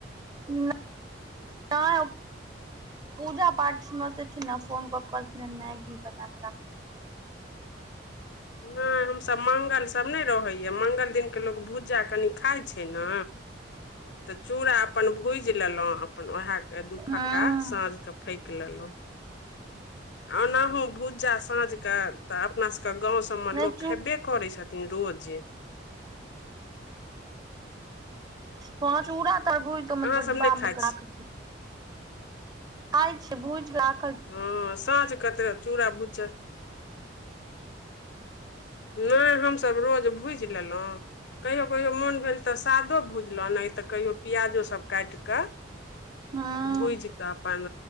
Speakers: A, on the right; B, on the left.
A: न नअय। तम पूजा पाठ मे सेथिन न फोन पर कहलखिनए मैगी बना क राख।
B: नहि हम सभ मंगल सब नहि रहैया, मंगल दिन के लोक भुज्जा कनि खाइ छै ना। तऽ चूरा अप्पन भुजि लेलहुँ अप्पन उएह के दु
A: हूं
B: फक्का साँझ क फैकि लेलहुँ। अनाहु भुज्जा साँझ क तऽ अपना सबके गाँव सबमे
A: नहि
B: लोक
A: चू
B: खेबै करै छथिन रोजे।
A: हॅ चूडा तर भुइज क ऐमे
B: अहाँसभ
A: थोर डीबा
B: नहि खाइ
A: में क
B: छी
A: राखल छै। आइ छै भुइझ क रा
B: हँ साँझ कतय चूरा भुजल नहि हम सभ रोज भुजि लेलहुँ कहियो- कहियो मोन भेल तऽ सादो भुजलहुॅ, नहि तऽ कहियो प्याजो सब काटि कऽ <inaudible>
A: हँ
B: भुजि कऽ अप्पन